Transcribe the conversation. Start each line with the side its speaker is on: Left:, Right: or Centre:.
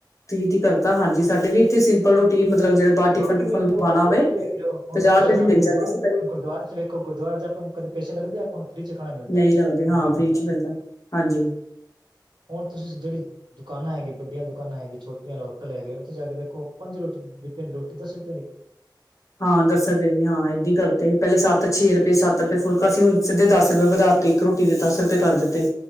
Left: ਤੀਹ ਤੀਹ ਕਰਤਾ ਹਾਂਜੀ ਸਾਡੇ ਵੀ ਇੱਥੇ ਸਿੰਪਲ ਰੋਟੀ ਮਤਲਬ ਜਿਹੜੇ ਬਾਹਰ ਟਿਫਨ
Right: ਰੋਟੀ
Left: ਟੂਫਨ
Right: ਵੇਖ
Left: ਲਵਾਉਣਾ
Right: ਲਓ,
Left: ਹੋਵੇ
Right: ਰੋਟੀ ਵੇਖ ਲਓ, ਹੁਣ
Left: ਪੰਜਾਹ
Right: ਤੁਸੀਂ
Left: ਰੁਪਏ
Right: ਨਾ
Left: ਦੀ ਮਿਲ
Right: ਗੁਰਦੁਆਰੇ
Left: ਜਾਂਦੀ ਸੀ ਪਹਿਲੇ
Right: ਚ ਵੇਖੋ ਗੁਰਦੁਆਰੇ ਚ ਆਪਾਂ ਕਦੇ ਪੈਸੇ ਲੱਗਦੇ ਆ, ਆਪਾ ਨੂ ਫ੍ਰਰੀ ਚ ਖਾਣਾ ਮਿਲਦਾ
Left: ਨਹੀਂ ਲੱਗਦੇ ਹਾਂ
Right: ਲੰਗਰ
Left: ਫ੍ਰੀ
Right: ਮਿਲਦੇ
Left: ਚ ਮਿਲਦਾ ਹਾਂਜੀ
Right: ਹੁਣ ਤੁਸੀਂ ਜਿਹੜੀ ਦੁਕਾਨਾਂ ਹੈਗੀਆਂ ਵੱਡੀਆਂ ਦੁਕਾਨਾਂ ਹੈਗੀਆਂ ਛੋਟੀਆਂ ਵਾਲ ਹੋਟਲ ਹੈਗੇ ਉੱਥੇ ਜਾ ਕੇ ਵੇਖੋ ਪੰਜ ਰੋਟੀ ਰੋਟੀ ਦਸ ਰੁਪਏ ਨ
Left: ਹਾਂ ਦੱਸ ਰੁਪਏ ਵੀ ਹਾਂ ਏਦਾਂ ਈ ਕਰਤੇ, ਪਹਿਲੇ ਸੱਤ, ਛੇ ਰੁਪਏ, ਸੱਤ ਰੁਪਏ ਫੁਲਕਾ ਸੀ, ਹੁਣ ਸਿੱਧੇ ਦਸ ਰੁਪਏ ਵਧਾ ਤੇ ਇੱਕ ਰੋਟੀ ਦੇ ਦਸ ਰੁਪਏ ਕਰ ਦਿੱਤੇ,